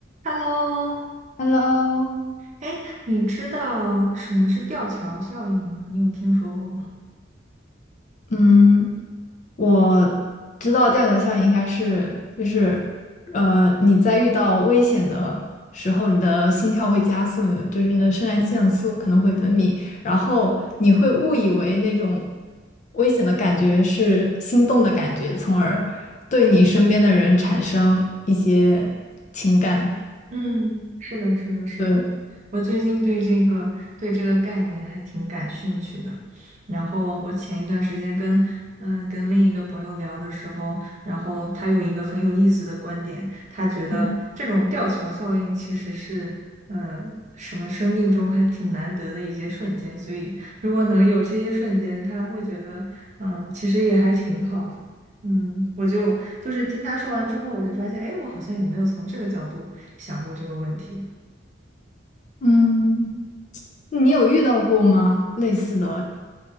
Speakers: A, on the right (about 40°); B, on the left (about 40°).
A: Hello，
B: Hello，
A: 哎，你知道什么是吊桥效应吗？你有听说过吗？
B: 嗯，我知道吊桥效应应该是就是，呃，你在遇到危险的时候，你的心跳会加速，就是你的肾上腺素可能会分泌，然后你会误以为那种危险的感觉是心动的感觉，从而对你身边的人产生一些情感。
A: 嗯，是的，是的，是的。
B: 对，
A: 我最近对这个对这个概念还挺感兴趣的。然后我前一段时间跟嗯、呃跟另一个朋友聊的时候，然后他有一个很有意思的观点，他觉得这种吊桥效应其实是嗯、
B: 嗯，
A: 呃什么生命中还挺难得的一些瞬间，所以如果能有这些瞬间，他会觉得嗯、其实也还挺好的。嗯，我就就是听他说完之后，我就发现，哎，我好像也没有从这个角度想过这个问题。
B: 嗯，你有遇到过吗？类似的？